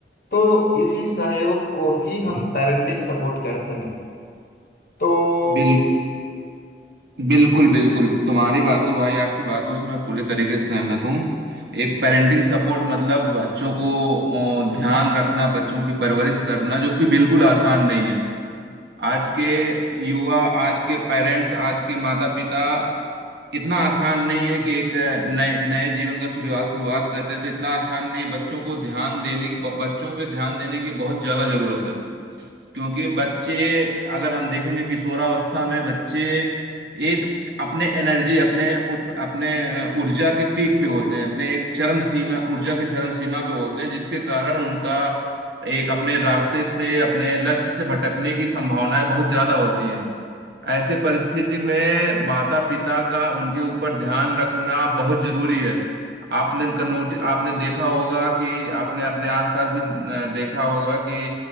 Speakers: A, on the left; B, on the right.
A: तो इसी सहयोग को ही
B: हम्म।
A: हम पेरेंटिंग सपोर्ट कहते हैं तो
B: बिल बिल्कुल
A: हम्म,
B: बिल्कुल तुम्हारी बातों भाई आपकी बातों से मैं पूरे तरीके से सहमत हूँ एक पेरेंटिंग सपोर्ट मतलब बच्चों को अ, ध्यान रखना बच्चों की परवरिश करना जो कि बिल्कुल आसान नहीं है आज के युवा आज के पेरेंट्स आज के माता पिता इतना आसान नहीं है कि एक अ, नए नए जीवन का शुरुआत शुरुआत करते हैं तो इतना आसान नहीं है बच्चों को ध्यान देने की बच्चों पे ध्यान देने की बहुत ज्यादा जरूरत है क्योंकि बच्चे अगर हम देखेंगे किशोरावस्था में बच्चे एक अपने एनर्जी अपने उ- अपने अ, ऊर्जा के पीक पे होते हैं अपने एक चरम सीमा ऊर्जा के चरम सीमा पे होते हैं जिसके कारण उनका एक अपने रास्ते से अपने लक्ष्य से भटकने की संभावनाएं बहुत ज्यादा होती हैं ऐसे परिस्थिति में माता पिता का उनके ऊपर ध्यान रखना बहुत जरूरी है आपने का नोट आपने देखा होगा कि आपने अपने आसपास भी अ, देखा होगा कि